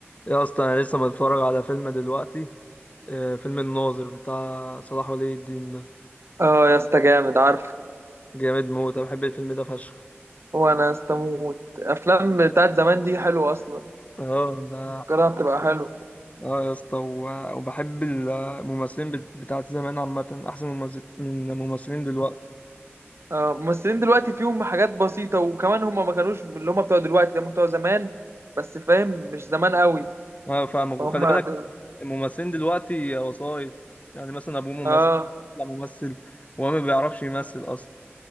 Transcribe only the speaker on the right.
اه يا اسطى جامد عارف
هو انا استموت افلام بتاعت زمان دي حلوه اصلا
فكرها بتبقى حلوه
اه ممثلين دلوقتي فيهم حاجات بسيطه وكمان هم ما كانوش اللي هم بتوع دلوقتي هم بتوع زمان بس فاهم مش زمان قوي
فهم
دل...
اه